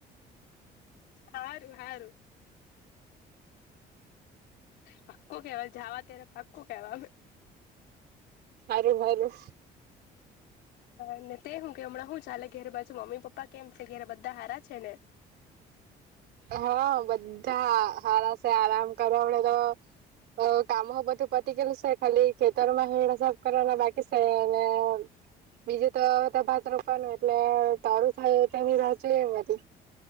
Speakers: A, on the left (about 80°); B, on the right (about 70°).
A: હારું હારું પાક્કું કેવા જવા ત્યારે પાક્કું કેવા
B: હારું હારું
A: હને તે હું કે હમણાં હું ચાલે ઘેર બાજુ મમ્મી પપ્પા કેમ છે ઘરે બધા હારા છે ને
B: હા બધા હારાશે આરામ કરે અવળે તો અ કામ હો બધું પતી ગલું સે ખાલી ખેતરમાં હેળસાબ કરવાના બાકી છે અને બીજું તો ત્યાં ભાત રોપવાનું એટલે તરું થાય તેની રાહ જોઈ <unintelligible>